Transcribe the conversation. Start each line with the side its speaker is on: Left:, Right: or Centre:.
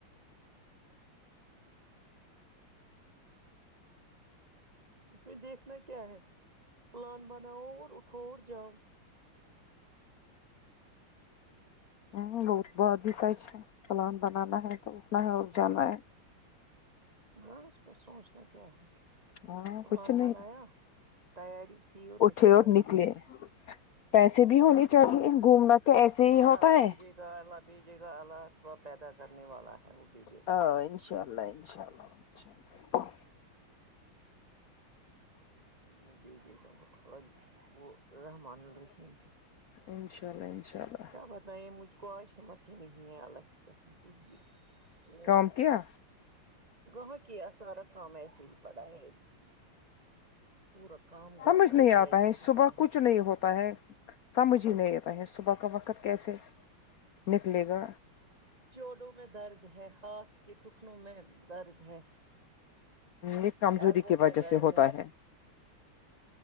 Right: <inaudible> اس میں دیکھنا کیا ہے پلان بناؤ اور اٹھو اور جاؤ
Left: ہ بہت بہت بھی سچ ہے پلان بنانا ہے تو اٹنا ہے اور جانا ہے
Right: بس کو سوچنا کیا ہے
Left: ہاں
Right: پلان
Left: کچھ نہیں
Right: بنایا تیاری کی اور
Left: اٹھے
Right: نکل پڑے
Left: نکلے پیسے بھی ہونے چاہیے گھومنا تو ایسے ہی
Right: ا
Left: ہوتا
Right: ال الگ
Left: ہے
Right: ہی ج <unintelligible> ا بھی جے گا الہ اسباب پیدا کرنے والا ہے وہ بھیجے
Left: ہاں
Right: گا
Left: انشاء اللہ انشاء اللہ انشاء اللہ
Right: وہ بھیجے گا وہ رحمن الرحیم ہیں
Left: انشاءاللہ انشاء اللہ
Right: ابتائے مجھ کو آوش ہمت ہی نہیں ہے اللہ کی قسم کچھ بھی میرے
Left: کام کیا
Right: گہا کے ا سارا کام ایسے ہی پڑا ہے ابھی پور کام
Left: سمجھ نہیں
Right: بھی
Left: آتا
Right: ایسے
Left: ہے
Right: ہی
Left: صبح
Right: پڑا
Left: کچھ
Right: ہے
Left: نہیں ہوتا ہے سمجھ ہی نہیں آتا ہے صبح کا وقت کیسے نکلے گا
Right: جوڑوں میں درد ہے ہاتھ کے ٹکنوں میں درد ہے
Left: یہ کمزوری
Right: ایلبو
Left: کی وجہ
Right: میں درد
Left: سے ہوتا ہے